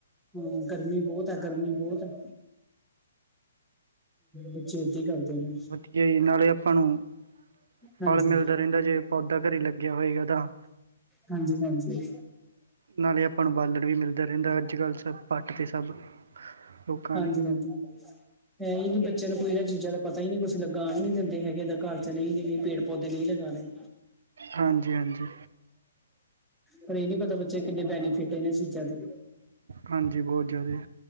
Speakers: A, in the centre; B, on the right.
A: ਹਮ ਗਰਮੀ ਬਹੁਤ ਹੈਂ ਗਰਮੀ ਬਹੁਤ ਹੈ ਬੱਚੇ ਹੀ ਕਰਦੇ ਨੇ
B: ਵਧੀਆ ਜੀ, ਨਾਲੇ ਆਪਾਂ ਨੂੰ
A: ਹਾਂਜੀ,
B: ਫਲ ਮਿਲਦਾ ਰਹਿੰਦਾ ਜੇ ਪੌਦਾ ਘਰੇ ਲੱਗਿਆ ਹੋਏਗਾ ਤਾਂ।
A: ਹਾਂਜੀ-ਹਾਂਜੀ।
B: ਨਾਲੇ ਆਪਾਂ ਨੂੰ ਬਾਲਣ ਵੀ ਮਿਲਦਾ ਰਹਿੰਦਾ, ਅੱਜ ਕੱਲ੍ਹ ਸਬ ਪੱਟ ਤੇ ਸਭ ਲੋਕਾਂ
A: ਹਾਂਜੀ-ਹਾਂਜੀ
B: ਨੇ
A: ਹੈ ਹੀ ਨਹੀਂ ਬੱਚਿਆਂ ਨੂੰ। ਕੋਈ ਇਹਨਾਂ ਚੀਜ਼ਾਂ ਦਾ ਪਤਾ ਹੀ ਨਹੀਂ ਕੁਛ ਲਗਾ। ਆਹਨ ਹੀ ਨੀ ਦਿੰਦੇ ਹੈਗੇ ਏਹ ਤਾਂ ਘਰ ਚ, ਨਹੀਂ-ਨਹੀਂ-ਨਹੀਂ ਪੇੜ ਪੌਦੇ ਨਹੀਂ ਲਗਾਣੇ।
B: ਹਾਂਜੀ ਹਾਂਜੀ
A: ਪਰ ਇਹ ਨੀ ਪਤਾ ਬੱਚੇ ਨੂੰ ਕਿੰਨੇ ਬੈਨੀਫਿਟ ਏ ਇਹਨਾਂ ਚੀਜ਼ਾਂ ਦੇ
B: ਹਾਂਜੀ ਬਹੁਤ ਜ਼ਿਆਦਾ।